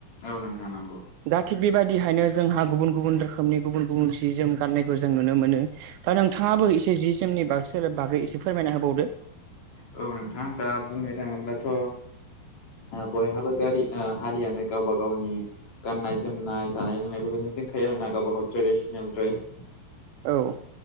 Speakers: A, on the left; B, on the right.
A: औ नोंथां नंगौ
B: दा थिग बेबायदिहायनो जोंहा गुबुन गुबुन रोखोमनि गुबुन गुबुन जि जोम गाननायखौ जों नुनो मोनो दा नोंथांङाबो एसे जि जोमनि बागै बागै एसे फोरमायना होबावदो
A: औ नोंथां दा बुंनो थाङोब्लाथ' बयहाबो गारि <unintelligible> हारियानो गावबा गावनि गाननाय जोमनाय जानाय लोंनाय बेबायदिनो दंखायो आरो ना गावबा गाव ट्रेडिसनेल ड्रेस
B: औ